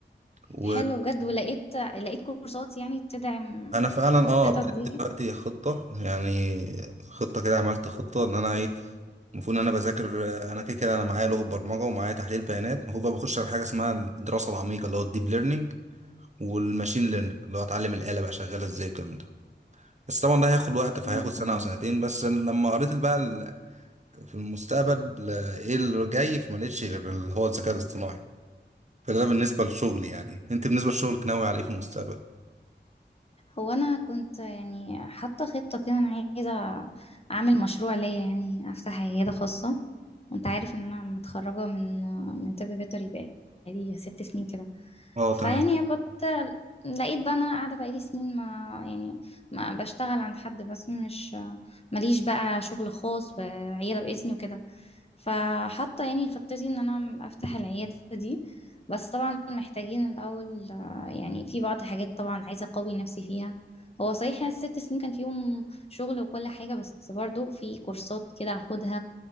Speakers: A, on the right; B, on the left.
A: وأنا
B: حلو بجد ولقيت لقيت كورسات يعني تدعم
A: فعلا
B: خطتك
A: أه ابتديت
B: دي
A: دلوقتي خطة يعني خطة كده عملت خطة إن أنا إيه المفروض إن أنا بذاكر آه، أنا كده كده أنا معايا لغة برمجة ومعايا تحليل بيانات المفروض بقى بخش على حاجة اسمها الدراسة العميقة اللي هو الديب ليرنينج والماشين ليرنينج اللي هو أتعلم الآلة بقى شغالة إزاي والكلام ده بس طبعا ده هياخد وقت فهياخد
B: مم.
A: سنة أو سنتين بس لما قريت بقى ال- في المستقبل آه، إيه اللي جاي فما لقيتش غير اللي هو الذكاء الاصطناعي فده بالنسبة لشغلي يعني انت بالنسبة لشغلك ناوي عليه في المستقبل
B: هو انا كنت يعني حاطه خطه كده انا عايزه اعمل مشروع ليا يعني افتح عياده خاصه وانت عارف ان انا متخرجه من من طب بيطري بقالي ست سنين كده
A: اه
B: فيعني
A: تمام
B: كنت لقيت بقى ان انا قاعده بقالي سنين ما يعني ما بشتغل عند حد بس مش ماليش بقى شغل خاص وعياده باسمي وكده فحاطه يعني خطتي ان انا افتح العياده دي بس طبعا محتاجين الاول يعني في بعض الحاجات طبعا عايزة أقوي نفسي فيها هو صحيح يعني الست سنين كان فيهم شغل وكل حاجة بس برضو في كورسات كده هاخدها